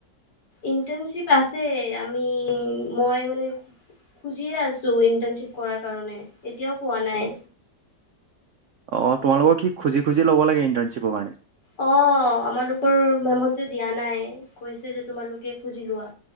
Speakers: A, on the left; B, on the right.
A: ইণ্টাৰশিপ আছে আমি মই মানে। খুজিয়ে আছো ইন্টাৰ্নশ্বিপ কৰাৰ কাৰণে এতিয়াও পোৱা নাই।
B: অ তোমালোকক সি খুজি খুজি লব লাগে ইণ্টাৰ্শিপৰ কাৰণে।
A: অ আমালোকৰ মেমতে দিয়া নাই কৈছে যে তোমালোকে খুজি লোৱা।